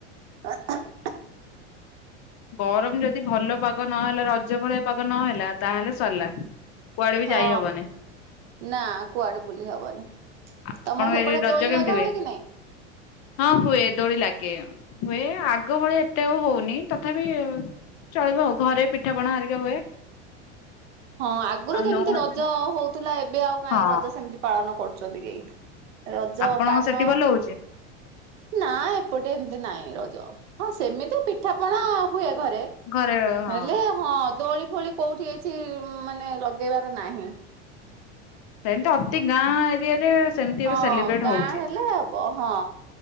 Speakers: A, on the right; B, on the left.
A: <inaudible>
B: ଗରମ ଯଦି ଭଲ ପାଗ ନହେଲା ରଜ ଭଳିଆ ପାଗ ନ ହେଲା ତାହେଲେ ସରିଲା। କୁଆଡେ ବି
A: ହଁ
B: ଯାଇ ହବନି
A: ନା କୁଆଡେ ବୁଲି ହବନି। ତମର
B: ଆପଣଙ୍କ
A: ସେପଟେ
B: ଏଇ ରଜ
A: ଦୋଳି
B: କେମିତି
A: ଲଗା ହୁଏ କି ନାଇଁ?
B: ହଁ ହୁଏ ଦୋଳି ଲାଗେ। ହୁଏ ଆଗ ଭଳିଆ ଏତେ ଆଉ ହଉନି ତଥାପି ଚଳିବ ଆଉ ଘରେ ପିଠାପଣା ହରିକା ହୁଏ।
A: ହଁ ଆଗରୁ
B: ଆଉ
A: ଯେମିତି
B: ନହେଲେ
A: ରଜ ହଉଥିଲା ଏବେ ଆଉ କାହିଁ
B: ହଁ
A: ରଜ ସେମିତି ପାଳନ କରୁଛନ୍ତି କେହି। ରଜ
B: ଆପଣଙ୍କ
A: ପାନ
B: ସେଠି ଭଲ ହଉଛି।
A: ନା ଏପଟେ ଏମତି ନାଇଁ ରଜ ହଁ ସେମିତି ପିଠାପଣା ହୁଏ ଘରେ।
B: ଘରେ ହଁ।
A: ହେଲେ ହଁ ଦୋଳି ଫୋଳି କୋଉଠି ଏଛି ମାନେ ଲଗେଇବାର ନାହିଁ।
B: ସେମିତି ଅତି ଗାଁ ଏରିଆରେ ସେମିତି
A: ହଁ
B: ଏବେ ସେଲିବ୍ରେଟ
A: ଗାଁ
B: ହଉଛି
A: ହେଲେ ବ ହଁ